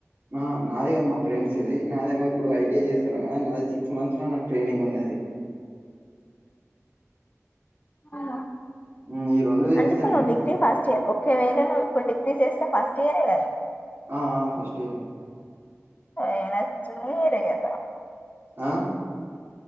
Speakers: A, on the right; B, on the left.
A: ఆ నాదిగన్ మా ఫ్రెడ్స్ది నాదేమో ఇప్పుడు ఐటిఎ చేస్తున్నాం గదా నాది సిక్స్ మంత్స్ లో నాకు ట్రైనింగ్ ఉన్నది
B: ఆహా
A: ఉమ్ ఈ రెండు చేస్తా
B: అంటిప్పుడ్నువ్వు
A: నేను
B: డిగ్రీ ఫస్ చ్ ఒక వేళ నొవ్ ఇప్పుడ్ డిగ్రీ చేస్తే ఫస్ట్ ఇయరే గదా
A: ఆ ఆ ఫస్ట్ ఇయరే
B: ఎన్నచూరియత్
A: ఆ